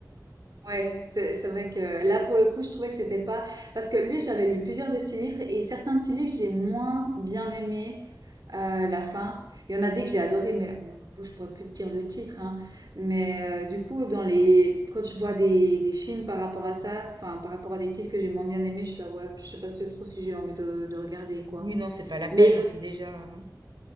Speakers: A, on the right; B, on the right.
A: Ouais, c'est c'est vrai que là, pour le coup, je trouvais que c'était pas... Parce que lui, j'avais lu plusieurs de ses livres, et certains de ses livres, j'ai moins bien aimé euh, la fin. Il y en a des que j'ai adoré, mais bon, du coup, je pourrais plus te dire le titre, hein. Mais euh, du coup, dans les... quand je vois des, des films par rapport à ça, enfin, par rapport à des titres que j'ai moins bien aimés, je suis là, ouais, je sais pas si- trop si j'ai envie de, de regarder, quoi.
B: Oui, non, c'est pas la peine,
A: Mais
B: hein, si déjà. hein.